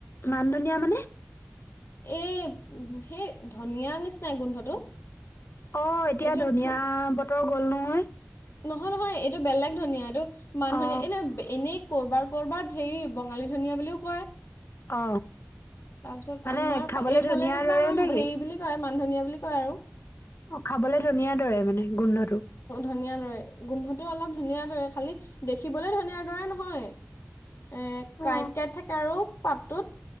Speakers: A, on the left; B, on the left.
A: মান ধনিয়া মানে?
B: এই, সেই ধনিয়া নিচনাই গোন্ধটো।
A: অ, এতিয়া
B: এইটো
A: ধনিয়
B: তো-
A: বতৰ গ'ল নহয়?
B: নহয়, নহয় এইটো বেলেগ ধনীয়া। এইটো মান ধনীয়া
A: অ
B: এনে এনেই কৰবাৰ, কৰবাৰ হেৰি বঙালী ধনিয়া বুলিও কয়।
A: অ
B: তাৰপিছত
A: মানে
B: আমাৰ
A: খাবলে
B: এইফালে
A: ধনিয়াৰ
B: যেনিবা
A: দৰে
B: আমাৰ
A: নেকি
B: হেৰি বুলি কয়। মান ধনীয়া বুলি কয় আৰু।
A: অ, খাবলে ধুনীয়া দৰে মানে গোন্ধটো?
B: ধুনিয়া দৰে গোন্ধতো অলপ ধুনিয়া দৰে খালী দেখিবলৈ ধনিয়া দৰে নহয়। এ,
A: অ
B: কাঁইট-কাঁইট থাকে আৰু পাতটোত।